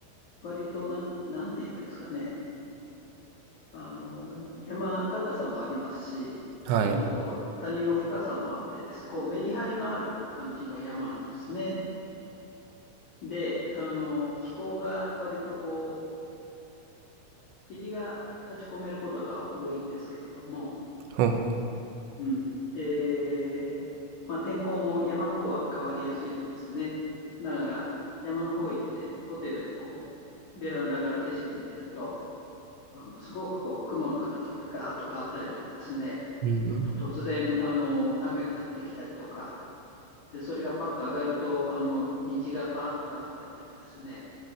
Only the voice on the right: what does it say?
はい。
うん。
うん。